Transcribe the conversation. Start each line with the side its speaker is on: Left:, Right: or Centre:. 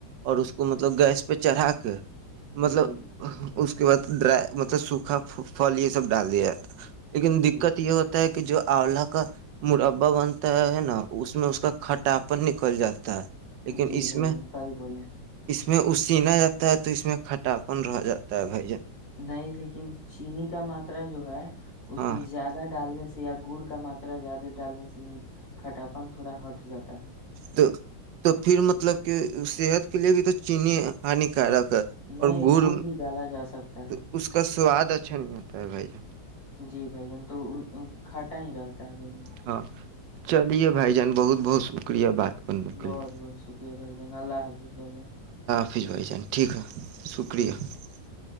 Right: اور اس کو مطلب گیس پہ چڑھا کے مطلب
Left: جی
Right: اس کے بعد ڈرائی مطلب سوکھا فل یہ سب ڈال دیا جاتا لیکن
Left: جی
Right: دقت یہ ہوتا ہے کہ کہ جو آولا کا مربا بنتا ہے نا اس میں اس کا کھٹاپن نکل جاتا ہے لیکن
Left: جی
Right: اس
Left: بھائی جن سائی بولے ہیں
Right: میں اس سین جاتا ہے تو اس میں کھ اپن رہ جاتا ہے ج
Left: نہیں لیکن چینی کا ماترا جو ہے اس
Right: ہاں
Left: میں زیادہ ڈالنے سے یا گوڑ کا ماترا زیادہ <unintelligible> ڈالنے سےی کھٹاپن تھوڑا ہٹ جاتا ہے <unintelligible>
Right: تو تو پھر مطلب کہ صحت کے لیے بھی تو چینی ہانیکارک <unintelligible>
Left: نہیں
Right: اور گڑ
Left: بھی ڈالا جا سکتا ہے
Right: تو اس کا سواد <unintelligible> اچھا نہیں آتا ہے بھائی <unintelligible>
Left: جی بھائی جان تو کھٹا ہی رہتا ہے بھائی
Right: ہاں چلیے بھائی جان بہت بہت شکریہ بات کرنے کے
Left: بہت
Right: لیے
Left: بہت شکریہ بھائی جان اللہ حافظ بھائی جان
Right: فس بھائی جان ٹھیک ہے <unintelligible> شکریہ
Left: ٹھیک
Right: <unintelligible>